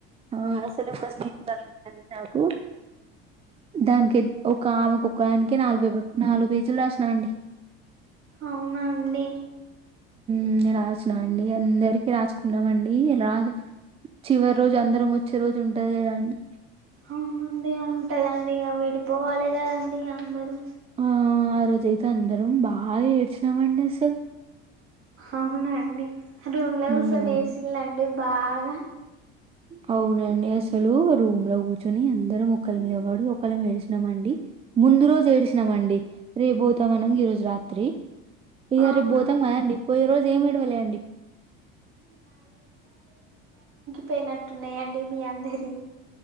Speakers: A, on the right; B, on the right.
A: ఆ అసలు <inaudible> నాకు దానికి అయి ఒక ఆమెకు ఒక ఆయనకే నాలుగు పేపర్లు, నాలుగు పేజీలు రాసిన అండి.
B: అవునా! అండి
A: మ్ రాసిన అండి అందరికి రాసు సుకున్నామండి. రా చివరి రోజు అందరం వచ్చే రోజు ఉంటది కదా అండి.
B: అవును అండి ఉంటదండి. ఇగ విడిపోవాలే కదండి అందరు
A: ఆ ఆ రోజయితే అందరం బాగా ఏడ్చినామండి. అసలు
B: అవునా అండి రూమ్ లో కూసొని
A: మ్మ్
B: ఏడ్సిలాఅండి. బాగా
A: అ అవునండి. అసలు రూమ్ లో కూర్చొని అందరం ఒకళ్ళ మీద వడి ఒకళ్ళం ఏడ్చినామండి. ము ముందు రోజు ఏడ్సినము అండి. రేపు పోతామనంగా ఈ రోజు రాత్రి ఇగ
B: అవునండి
A: రేపు పోతం కదండి పోయే రోజు ఏమి ఏడవలేండి.
B: పే. మీ అందరియి